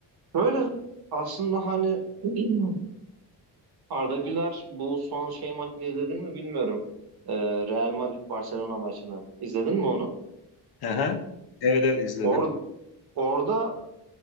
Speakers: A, on the right; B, on the left.
A: böyle aslında hani <clears throat> Arda Güler bu son şey maçını izledin mi bilmiyorum. Ee, Real Madrid Barcelona maçını izledin mi onu?
B: Aha. Evet evet izledim.
A: Orada orada